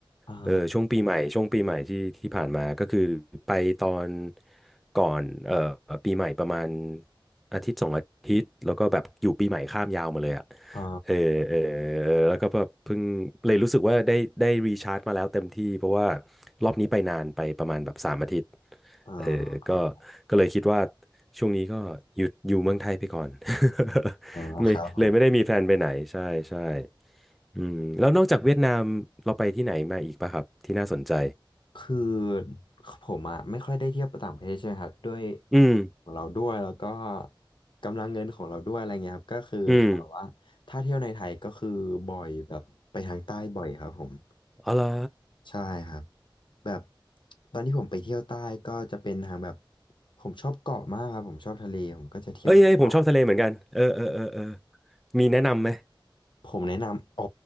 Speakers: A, on the left; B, in the centre.
A: อ๋อ
B: เออช่วงปีใหม่ช่วงปีใหม่ที่ที่ผ่านมาก็คือไปตอนก่อนเอ่อปีใหม่ประมาณอาทิตย์สองอาทิตย์แล้วก็แบบอยู่ปีใหม่ข้ามยาวมาเลยอ่ะ
A: อ๋อ
B: เออเออเออแล้วก็แบบเพิ่งเลยรู้สึกว่าได้ได้รีชาร์จมาแล้วเต็มที่เพราะว่ารอบนี้ไปนานไปประมาณแบบสามอาทิตย์
A: อ๋อ
B: เออก็
A: ครับ
B: ก็เลยคิดว่าช่วงนี้ก็หยุดอยู่เมืองไทยไปก่อน <laughs>
A: อ๋อครับผม
B: ไม่เลยไม่ได้มีแพลนไปไหนใช่ใช่อืมแล้วนอกจากเวียดนามเราไปที่ไหนมาอีกป่ะครับที่น่าสนใจ
A: คือผมอะไม่ค่อยได้เที่ยวต่างประเทศใช่ไหมครับด้วย
B: อืม
A: ของเราด้วยแล้วก็กำลังเงินของเราด้วยอะไรเงี้ยครับก็คือเขาบอกว่าถ้าเที่ยวในไทยก็คือบ่อยแบบไปทางใต้บ่อยครับผม
B: อืมอ๋อเหรอ
A: ใช่ครับแบบตอนที่ผมไปเที่ยวใต้ก็จะเป็นทางแบบผมชอบเกาะมากครับผมชอบทะเลผมก็จะเที่ยวเกาะ
B: เอ้ยเอ้ยผมชอบทะเลเหมือนกันเออเออเออเออมีแนะนำไหม
A: ผมแนะนำโอ้